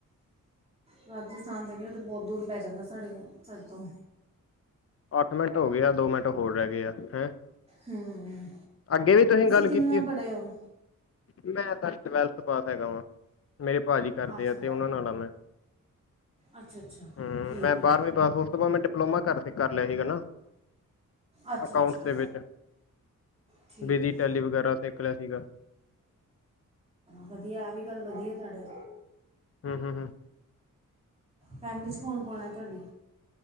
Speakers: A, on the right (about 20°); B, on the left (about 45°).
A: ਰਾਜਸਥਾਨ ਜਾਣੀ ਉਹ ਤਾਂ ਬਹੁਤ ਦੂਰ ਪੈ ਜਾਂਦਾ ਸਾਡੇ ਸਡੇ ਤੋਂ
B: ਅੱਠ ਮਿੰਟ ਹੋ ਗਿਆ ਏ ਆ, ਦੋ ਮਿੰਟ ਹੋਰ ਰਹਿ ਗਏ ਆ ਹੈਂ
A: ਹੂੰ
B: ਅੱਗੇ ਵੀ ਤੁਸੀਂ ਗੱਲ
A: ਕਿੰਨਾ
B: ਕੀਤੀ ਆ?
A: ਪੜ੍ਹੇ ਹੋ
B: ਮੈਂ ਤਾਂ ਟਵੈਲਥ ਪਾਸ ਹੈਗਾ, ਵਾਂ ਮੇਰੇ ਭਾ ਜੀ ਕਰਦੇ
A: ਅੱਛਾ
B: ਆ ਤੇ ਉਹਨਾਂ ਨਾਲ ਆ ਮੈਂ
A: ਅੱਛਾ ਅੱਛਾ
B: ਹੂੰ,
A: ਠੀਕ
B: ਮੈਂ ਬਾਰਵੀ
A: ਹੈ
B: ਪਾਸ ਉਸ ਤੋਂ ਬਾਅਦ ਮੈਂ ਡਿਪਲੋਮਾ ਕਰ ਕਰ ਲਿਆ ਸੀਗਾ ਨਾ
A: ਅੱਛਾ
B: ਅਕਾਊਟਸ
A: ਅੱਛਾ
B: ਦੇ ਵਿੱਚ
A: ਠੀਕ
B: ਬੇਸਿਕ
A: ਹੈ
B: ਵਗੈਰਾ ਸਿੱਖ ਲਿਆ ਸੀਗਾ।
A: ਵਧੀਆ ਆ ਵੀ ਗੱਲ ਵਧੀਆ ਤੁਡੇ
B: ਹੂੰ ਹੂੰ ਹੂੰ
A: ਫੈਮਿਲੀ 'ਚ ਕੌਣ-ਕੌਣ ਹੈ ਤੁਹਾਡੀ?